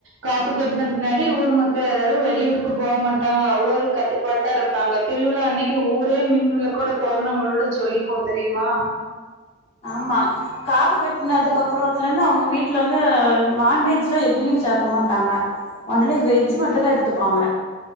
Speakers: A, on the right (about 70°); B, on the left (about 30°).
A: காப்பு கட்ன பின்னாடி ஊர் மக்கள் ஏதாது வெளியூருக்கு போ மாட்டாங்க அவ்ளோ ஒரு கட்டுப்பாட்டா இருப் ப்பாங்க திருவிழா அன்னக்கி ஊரே மின் விளக்கோட தோரணங்களோட ஜொலிக்கூ தெரியுமா
B: ஆமா காப்பு கட்னதுக்கு அப்றத்துல இருந்து அவுங்க வீட்ல வந்து நான்வெஜ்ல்லா எதுமே சேக்க மாட்டாங்க ஒன்லி வெஜ் மட்டுந்தா எடுத்துப்பாங்க